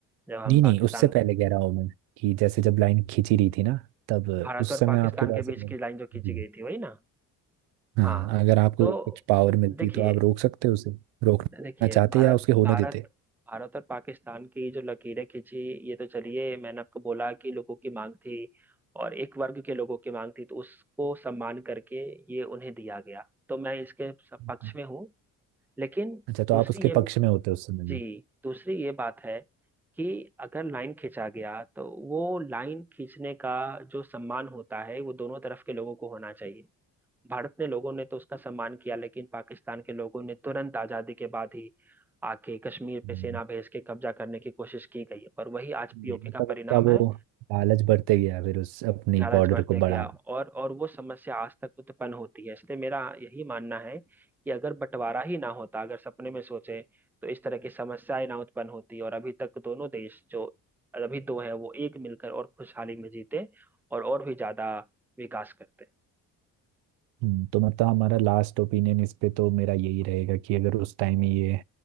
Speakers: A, in the centre; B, on the right.
A: जब हम
B: नहीं
A: पाकिस्तान
B: नहीं उससे पहले कह रहा हूँ मैं कि जैसे जब लाइन खींची रही थी ना तब
A: भारत
B: उस
A: और
B: समय
A: पाकिस्तान
B: आपके पास
A: के
B: अपने-
A: बीच की लाइन जो खींची
B: जी
A: गई थी वही ना
B: हाँ
A: हाँ
B: अगर आपको
A: तो
B: कुछ पावर मिलती
A: देखिए
B: तो आप रोक सकते हो उसे रोकना
A: देखिए
B: चाहते
A: भारत
B: या उसके होने
A: भारत
B: देते
A: भारत और पाकिस्तान की जो लकीरें खींची ये तो चलिए मैंने आपको बोला कि लोगों की मांग थी और एक वर्ग के लोगों की मांग थी तो उसको सम्मान करके ये उन्हें दिया गया तो मैं इसके
B: हम्म।
A: पक्ष में हूँ लेकिन
B: अच्छा तो
A: दूसरी
B: आप उसके
A: ये
B: पक्ष में होते उस समय भी
A: जी दूसरी ये बात है कि अगर लाइन खींचा गया तो वो लाइन खींचने का जो सम्मान होता है वो दोनों तरफ के लोगों को होना चाहिए भारत ने लोगों ने तो उसका सम्मान किया लेकिन पाकिस्तान के लोगों ने तुरंत आजादी के बाद ही आके कश्मीर
B: हम्म।
A: पे सेना भेज के कब्जा करने की कोशिश की गई पर वही आज पीओके
B: ये मतलब
A: का परिणाम
B: उनका वो
A: है
B: लालच बढ़ते गया फिर उस अपनी
A: लालच
B: बॉर्डर
A: बढ़ते
B: को
A: गया
B: बढ़ा
A: और और वो समस्या आज तक उत्पन्न होती है इसलिए मेरा यही मानना है कि अगर बंटवारा ही ना होता अगर सपने में सोचे तो इस तरह की समस्याएं ना उत्पन्न होती और अभी तक दोनों देश जो अभी दो है वो एक मिलकर और खुशहाली में जीते और और भी ज्यादा विकास करते
B: हम्म, तो मतलब हमारा लास्ट ओपिनियन इस पे तो मेरा यही रहेगा कि अगर उस टाइम ये